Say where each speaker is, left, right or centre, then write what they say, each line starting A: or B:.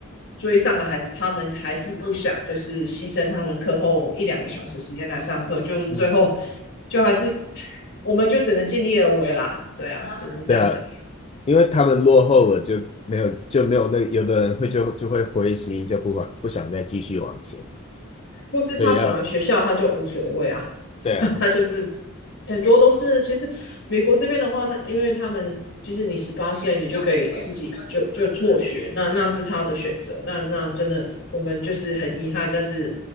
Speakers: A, on the left; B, on the left.
A: 追上的孩子，他们还是不想，就是牺牲他们课后一两个小时时间来上课，就是最后
B: 嗯，
A: 就还是我们就只能尽力而为啦。对啊，只能这样讲。
B: 对啊，因为他们落后了，就没有就没有那有的人会就就会灰心，就不管不想再继续往前了。
A: 或是他本来学校他就无所谓啊，
B: 对呀，对啊，
A: <laughs> 他就是很多都是，其实美国这边的话，那因为他们就是你十八岁你就可以自己就就辍学，那那是他的选择，那那真的我们就是很遗憾，但是